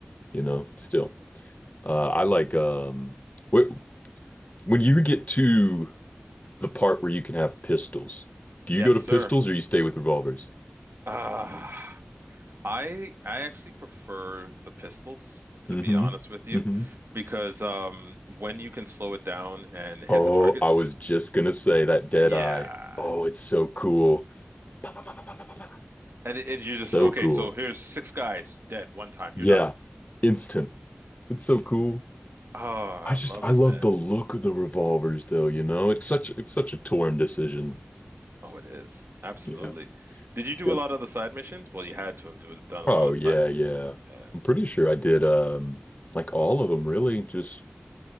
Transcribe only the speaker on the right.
Yes,
sir.
Ah. I I actually prefer the pistols, to
be honest with you,
because um when you can slow it down and hit
the targets,
yeah.
And, it, and you're
just okay,
so here's six guys dead one time,
you're done.
Oh, I
love
it,
man.
Oh, it is. Absolutely.
Did you do
a lot of the side missions? Well, you had to have doing, done a
lot of
side.
Yeah.